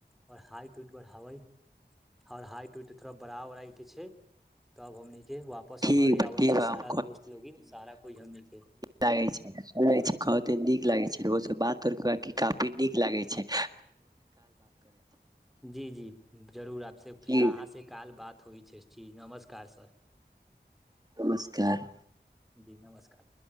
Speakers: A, in the centre; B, on the right.
A: और हाइट उट बढ़ाबै और हाइट उइट थोड़ा बड़ा उड़ाई के छैय। तब हमनी के वापस
B: ठीक
A: घरे
B: बा
A: आबे
B: ठीक
A: छैय
B: बा हम
A: सारा दोस्त लोगिन सारा कोय हमनी के।
B: लागेै छै सुने छै कहते नीक लागे छैय रोज बात और कऽ के काफी नीक लागेै छैय।
A: जी जी जरूर आप सँ फिर
B: की
A: आहाँ से काल बात होय छैय ची नमस्कार सर।
B: नमस्कार।
A: जी नमस्कार।